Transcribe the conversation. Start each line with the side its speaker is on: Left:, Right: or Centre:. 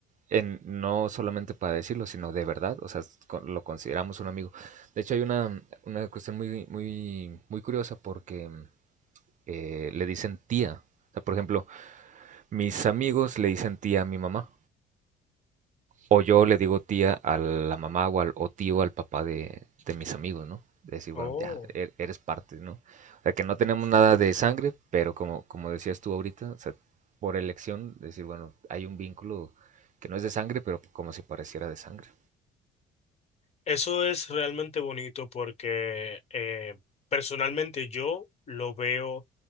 Right: en- no solamente para decirlo, sino de verdad, o sea, con- lo consideramos un amigo. De hecho, hay una, una cuestión muy, muy, muy curiosa porque eh, le dicen tía. O sea, por ejemplo, mis amigos le dicen tía a mi mamá. O yo le digo tía a la mamá o, al, o tío al papá de, de mis amigos, ¿no? De decir, bueno,
Left: Oh.
Right: ya, e- eres parte, ¿no? O sea, que no tenemos nada de sangre, pero como, como decías tú ahorita, o sea, por elección, decir, bueno, hay un vínculo que no es de sangre, pero como si pareciera de sangre.
Left: Eso es realmente bonito porque eh, personalmente yo lo veo